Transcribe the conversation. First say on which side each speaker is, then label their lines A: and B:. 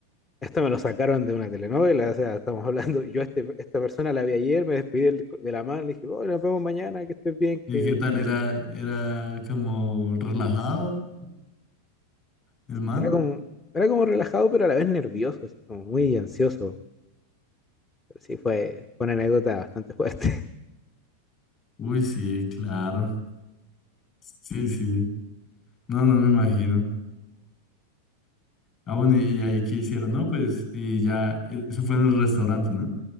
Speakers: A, on the left (about 20°); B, on the left (about 35°).
A: esto me lo sacaron de una telenovela. O sea, estamos hablando, yo este, esta persona la vi ayer, me despedí del- de la mano, le dije, oh, nos vemos mañana, que estés bien,
B: ¿Y
A: que
B: qué tal? ¿Era, era como relajado el man?
A: era como, era como relajado, pero a la vez nervioso, así como muy ansioso Pero sí, fue, fue una anécdota bastante fuerte. <laughs>
B: Uy, sí, claro. Sí, sí. No, no me imagino. Ah, bueno, ¿y y ahí qué hicieron? No, pues, y ya, eso fue en el restaurante, ¿no?